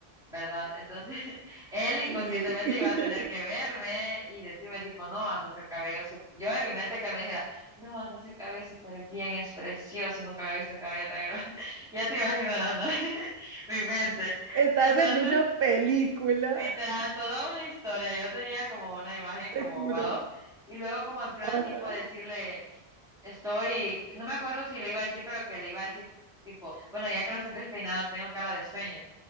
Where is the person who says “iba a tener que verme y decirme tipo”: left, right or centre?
Centre